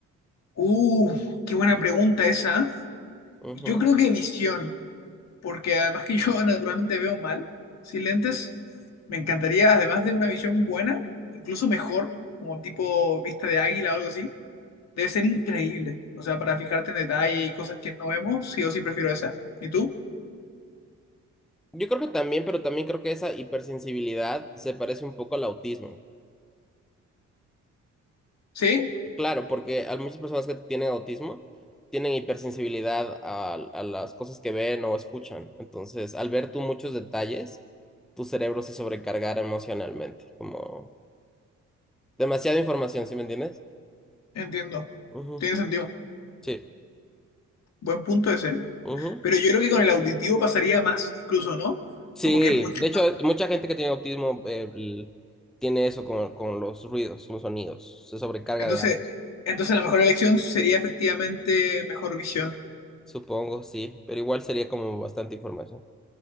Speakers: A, on the left (about 60°); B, in the centre.
A: Uh, qué buena pregunta esa.
B: Ujú.
A: Yo creo que visión. porque además que yo <laughs> naturalmente veo mal, sin lentes, me encantaría, además de una visión buena, incluso mejor, como tipo vista de águila o algo así, debe ser increíble. O sea, para fijarte en detalle y cosas que no vemos, sí o sí prefiero esa. ¿Y tú?
B: Yo creo que también, pero también creo que esa hipersensibilidad se parece un poco al autismo.
A: ¿Sí?
B: Claro, porque hay muchas personas que tienen autismo tienen hipersensibilidad a, a las cosas que ven o escuchan. Entonces, al ver tú muchos detalles, tu cerebro se sobrecargará emocionalmente, como demasiada información, ¿sí me entiendes?
A: Entiendo.
B: Ujú,
A: Tiene sentido.
B: Sí.
A: Buen punto ese.
B: ujú.
A: Pero yo creo que con el auditivo pasaría más, incluso, ¿no?
B: Sí,
A: Como que es mucho
B: de hecho,
A: más.
B: mucha gente que tiene autismo eh, l- tiene eso con, con los ruidos, los sonidos, se sobrecarga
A: Entonces,
B: de audio.
A: entonces la mejor elección sería efectivamente mejor visión.
B: Supongo, sí, pero igual sería como bastante información.